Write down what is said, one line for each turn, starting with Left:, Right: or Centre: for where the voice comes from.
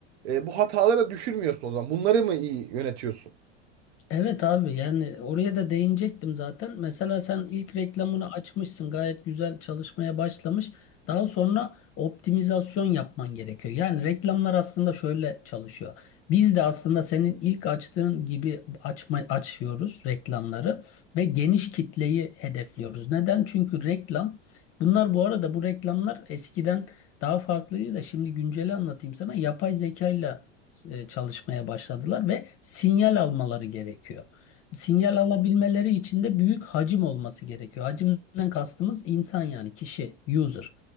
Right: e, bu hatalara düşürmüyorsun o zaman. Bunları mı iyi yönetiyorsun?
Left: Evet abi yani oraya da değinecektim zaten. Mesela sen ilk reklamını açmışsın gayet güzel çalışmaya başlamış. Daha sonra optimizasyon yapman gerekiyor. Yani reklamlar aslında şöyle çalışıyor. Biz de aslında senin ilk açtığın gibi açma, açıyoruz reklamları ve geniş kitleyi hedefliyoruz. Neden? Çünkü reklam bunlar bu arada bu reklamlar eskiden daha farklıydı da şimdi günceli anlatayım sana. Yapay zekayla e, çalışmaya başladılar ve sinyal almaları gerekiyor. Sinyal alabilmeleri için de büyük hacim olması gerekiyor. Hacimden kastımız insan yani kişi, user.